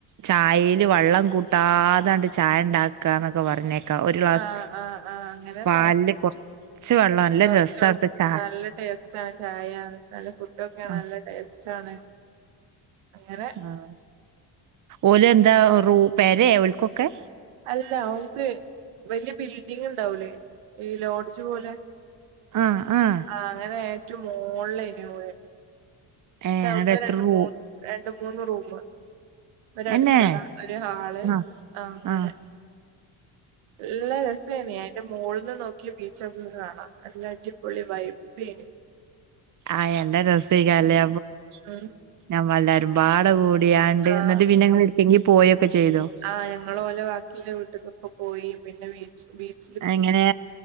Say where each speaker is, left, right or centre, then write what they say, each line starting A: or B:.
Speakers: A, on the right (about 40°); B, on the right (about 80°).
A: ചായേല് വള്ളം കൂട്ടാതാണ്ട് ചായ ഉണ്ടാക്കുവാന്നൊക്കെ പർഞ്ഞേ ഒരു ഗ്ലാസ്
B: ആഹ് ആഹ് ആഹ് അങ്ങനെന്നെ
A: പാലിന്റെ കൊറച്ച് വെള്ളം നല്ല
B: കൊർച്ചോ
A: രസവാ അവുടുത്തെ ചായ
B: നല്ല
A: -
B: ടേസ്റ്റാണ് ചായ നല്ല ഫുഡൊക്കെയാണ്
A: ആഹ്
B: നല്ല ടേസ്റ്റാണ് അങ്ങനെ-
A: ആഹ് ഓലെന്താ റൂ പെരെയോ ഓൽക്കൊക്കെ?
B: അല്ല ഓലക്ക് വല്യ ബിൽഡിങ്ങ്ണ്ടാവൂലേ ഈ ലോഡ്ജ് പോലെ
A: ആഹ് ആഹ്
B: ആഹ് അങ്ങനെ ഏറ്റും മോള്ളേനോ <unintelligible> ള്
A: ഏഹ്
B: ട്ടൗ
A: എന്നിട്ട്
B: <unintelligible> ടെ
A: എത്ര
B: രണ്ട്
A: റൂ
B: മൂന്ന് രണ്ട് മൂന്ന് റൂമ് ഒരു അടുക്കള
A: എന്നേ
B: ഒരു ഹാള്
A: ആഹ്
B: അങ്ങനെ
A: ആഹ്
B: നല്ല രസവെനി പിന്നെ മോൾന്ന് നോക്കിയ ബീച്ചൊക്കെ കാണാം നല്ല അടിപൊളി വൈബ്ബേനു
A: ആയാ <unintelligible> രസേക്കാരെ
B: ഉം <unintelligible>
A: ഞമ്മല്ലാരും വാട കൂടിയാണ്ട്
B: ആഹ്
A: എന്നിട്ട് പിന്നെ ഞങ്ങള് എട്ക്ക് എങ്കി പോയൊക്കെ ചെയ്തോ
B: ആഹ് ഞങ്ങള് ഓലെ ബാക്കിലുള്ള വീട്ട്ക്കൊക്കെ പോയി പിന്നെ വീ ബീച്
A: എങ്ങനെ